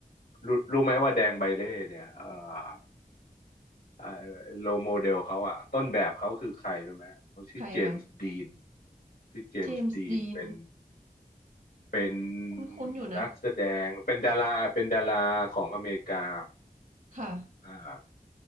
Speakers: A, on the left; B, on the right.
A: รู้รู้ไหมว่าแดงใบเล่เนี่ยเอ่อ อ่าโลโมเดลเขาอ่ะต้นแบบเขาคือใครรู้ไหมเขาชื่อเจมส์ดีน
B: ใครคะ
A: ชื่อเจมส์ดีนเป็น
B: เจมส์ดีน
A: เป็น
B: คุ้นๆอยู่นะ
A: นักแสดงเป็นดาราเป็นดาราของอเมริกา
B: ค่ะ
A: อ่า